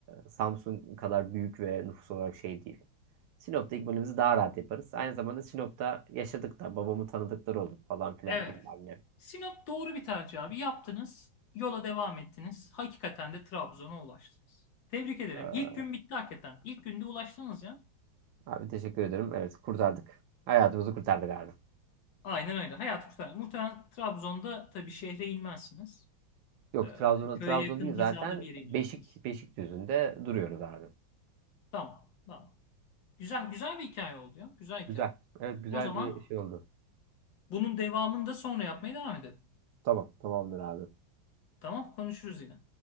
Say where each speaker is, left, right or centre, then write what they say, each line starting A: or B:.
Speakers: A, on the right; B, on the left.
A: Samsun kadar büyük ve nüfus olarak şey değil. Sinop'ta ikmalimizi daha rahat yaparız. Aynı zamanda Sinop'ta yaşadık da babamı tanıdıkları olur falan filan
B: Evet.
A: bilmem ne.
B: Sinop doğru bir tercih abi. Yaptınız. Yola devam ettiniz. Hakikaten de Trabzon'a ulaştınız. Tebrik ederim.
A: Ee,
B: İlk gün bitti hakikaten. İlk günde ulaştınız ya.
A: abi teşekkür ederim. Evet kurtardık. Hayatımızı kurtardık abi.
B: Aynen öyle. Hayat kurtar. Muhtemelen Trabzon'da tabii şehre inmezsiniz.
A: Yok
B: Ee,
A: Trabzon'a
B: köye
A: Trabzon
B: yakın
A: değil
B: hizada
A: zaten
B: bir yere inersiniz.
A: Beşik Beşikdüzü'nde duruyoruz abi.
B: Tamam. Tamam. Güzel güzel bir hikaye oldu ya. Güzel
A: Güzel.
B: hikaye.
A: Evet güzel
B: O zaman
A: bir şey oldu.
B: bunun devamını da sonra yapmaya devam edelim.
A: Tamam tamamdır abi.
B: Tamam, konuşuruz yine.